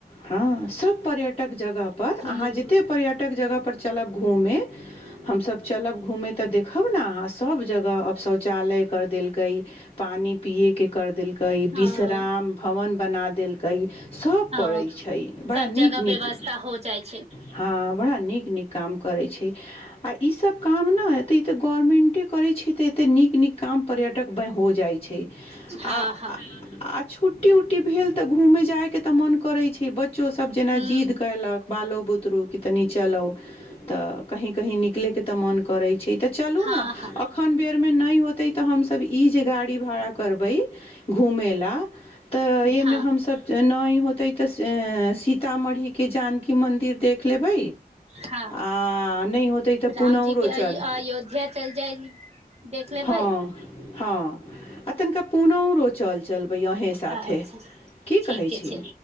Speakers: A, on the left (about 40°); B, on the right (about 40°).
A: हँ सब पर्यटक जगह पर
B: ह
A: अहाँ जते पर्यटक जगह पर चलब घूमे हमसब चलब घूमे तऽ देख खब ने अहाँ सब जगह अब शौचालय कर देलकै पानि पियए के कर देल कै
B: हँ
A: विश्राम भवन बना देलकै सब
B: हँ
A: करै छै बड़ा
B: सब
A: नीक
B: जगह व्यवस्था
A: नीक
B: हो जाइ छै
A: हँ बड़ा नीक नीक काम करै छै आ ई सभ काम ने एतऽ ई तऽ गवर्नमेन्टे करै छै तऽ एतेक नीक नीक काम पर्यटकमे हो जाइ छै आ
B: ह हँ हँ
A: आ छुट्टी उट्टी भेल तऽ घूमे जाय के तऽ मन करे छै बच्चोसभ जेना
B: ह
A: जिद कयलक बालो बुतरू कि तनी चलो तऽ कही कहीं निकले के तऽ मन करै छै तऽ चलू
B: हँ
A: ने
B: हँ
A: अखन बेड़ नहि होतै तऽ हमसभ ई जे गाड़ी भाड़ा करबै घूमे ला तऽ एहि
B: हँ
A: मे हमसब न होतै तऽ सीतामढ़ीके जानकी मन्दिर देख लेबै
B: हँ
A: आओर नहि होतै तऽ
B: रामजी
A: पुनौरो
B: के
A: चल
B: अयोध्या चल जाय देख लेबै
A: हँ हँ तनिका पुनौरो चल चलबै अहेँ साथे
B: अच्छा
A: की
B: ठीके
A: कहै छी
B: छै